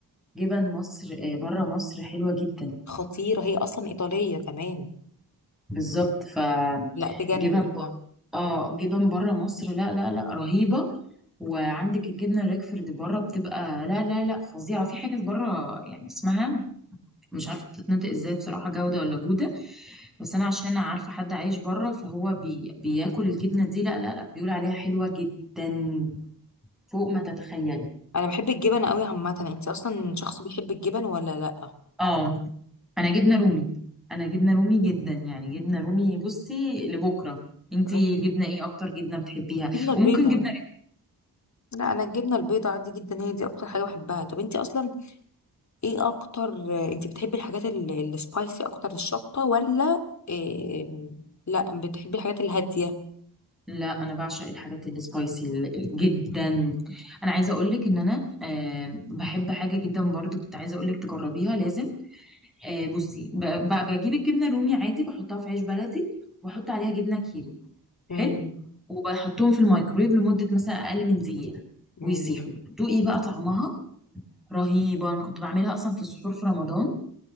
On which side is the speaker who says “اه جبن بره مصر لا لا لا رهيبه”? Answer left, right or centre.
Centre